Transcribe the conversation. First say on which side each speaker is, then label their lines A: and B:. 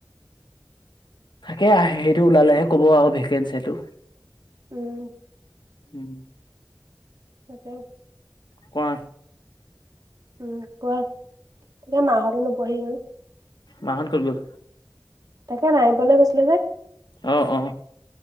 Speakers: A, on the left; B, on the right.
A: তাকে সেইটো ওলালেহে কব আৰু ভেকেঞ্চিটো।
B: উম।
A: উম।
B: <unintelligible>
A: কোৱা।
B: উম কোৱা তাকে মাহঁতে নুপুৱাহি হল।
A: মাহত কত গল?
B: তাকে নাইবলে কৈছিলে যে।
A: অ অ।